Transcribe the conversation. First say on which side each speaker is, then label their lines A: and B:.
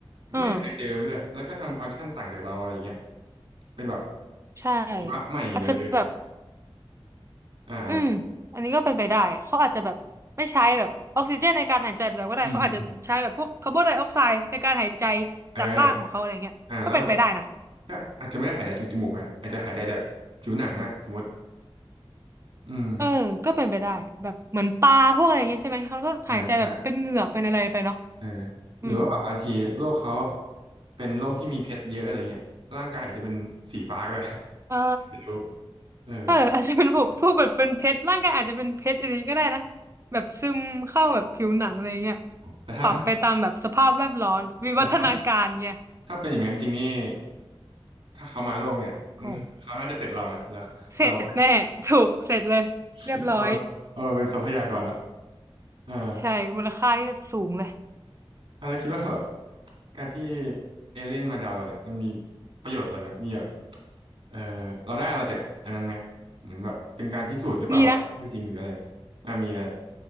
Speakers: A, on the right; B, on the right.
A: เออ
B: ไม่เคยเจอด้วยแล้วก็ทำฟังก์ชันต่างจากเราอะไรอย่างเงี้ยเป็นแบบ
A: ใช่
B: อวัยวะใหม่เลยเลย
A: อาจจะแบบ
B: อ่าอ่า
A: อืมอันนี้ก็เป็นไปได้เขาอาจจะแบบไม่ใช้แบบออกซิเจนในการหายใจไปแล้วก็ได้เขาอาจจะใช้แบบพวกคาร์บอนไดออกไซด์ในการหายใจ
B: อืม เออ
A: จากร่างของเขาอะไรเงี้ยก็เป็นไปได้นะ
B: อ่าแล้วแบบก็อาจจะไม่ได้หายใจจากจมูกนะอาจจะหายใจจากผิวหนังอะสมมติอืม
A: เออก็เป็นไปได้แบบเหมือนปลาพวกอะไรเงี้ยใช่ไหมเขาก็หายใจแบบเป็นเหงือกเป็นอะไรไปเนาะ
B: ใช่ใช่เออ
A: อืม
B: หรือว่าแบบบางทีโรคเขาเป็นโรคที่มีเพชรเยอะอะไรเงี้ยร่างกายอาจจะเป็นสีฟ้าก็ได้ <laughs>
A: เออ
B: ไม่รู้เออ
A: เอออาจจะเป็นพวกพวกแบบเป็นเพชรร่างกายอาจจะเป็นเพชรอะไรอย่างนี้ก็ได้นะแบบซึมเข้าแบบผิวหนังอะไรเงี้ย
B: แต่ถ้า
A: ปรับไปตามแบบสภาพแวดล้อมวิวัฒนาการเงี้ย
B: แต่ถ้าถ้าเป็นอย่างนั้นจริงนี่ถ้าเขามาโลกเนี่ย <laughs> อืมเขาน่าจะเสร็จเรานะเราเรา
A: โห เสร็จแน่ถูกเสร็จเลยเรียบร้อย
B: <laughs> เราเอามาเป็นทรัพยากรนะ
A: โอ้
B: เออ
A: ใช่มูลค่าที่สูงเลย
B: อ่ะแล้วคิดว่าแบบการที่เอเลี่ยนมาดาวเราเนี่ยมันมีประโยชน์อะไรไหมมีแบบเออเราได้อะไรจากอันนั้นไหมเหมือนแบบเป็นการพิสูจน์หรือเปล่าว่าคือจริงหรืออะไร
A: มีนะ
B: อ่ะมีอะไร